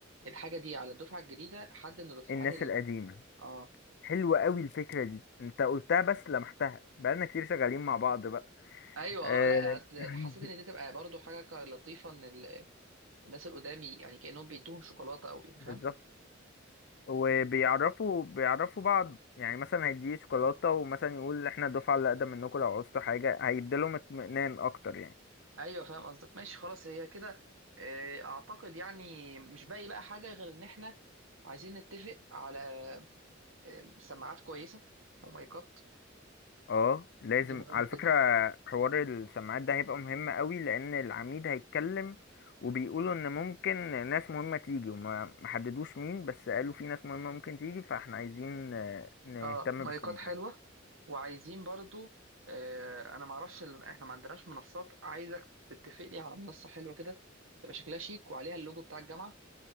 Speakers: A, on the right (about 85°); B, on the left (about 60°).
A: الحاجه دي على الدفعه الجديده حد من الدفعات
B: الناس
A: ال...
B: القديمة
A: اه
B: حلوة أوي الفكرة دي انت قلتها بس لمحتها بقالنا كتير شغالين مع بعض بقى
A: ايوه
B: آه،
A: اه لا اصل
B: <laughs>
A: حسيت ان دي تبقى برضو حاجه لطيفه ان الناس اللي قدامي يعني كأنهم بيدوهم شوكولاتة أو يعني
B: بالظبط
A: فاهم
B: وبيعرفوا بيعرفوا بعض يعني مثلا هيديه شوكولاتة ومثلا يقول احنا الدفعة اللي أقدم منكم لو عوزتوا حاجة هيديلهم اطمئنان أكتر يعني
A: أيوه فاهم قصدك ماشي خلاص هي كده آه، أعتقد يعني مش باقي بقى حاجة غير إن إحنا عايزين نتفق على آه، سماعات كويسة ومايكات
B: اه لازم
A: دي مهمة
B: على فكرة
A: جدا
B: حوار السماعات ده هيبقى مهم قوي لان العميد هيتكلم وبيقولوا ان ممكن ناس مهمة تيجي وما ما حددوش مين بس قالوا في ناس مهمة ممكن تيجي فاحنا عايزين آه، نهتم
A: اه مايكات
B: بالسماعات
A: حلوة وعايزين برضو آه، أنا معرفش ال- إحنا ما عندناش منصات عايزك تتفق لي على منصة حلوة كده تبقى شكلها شيك وعليها اللوجو بتاع الجامعة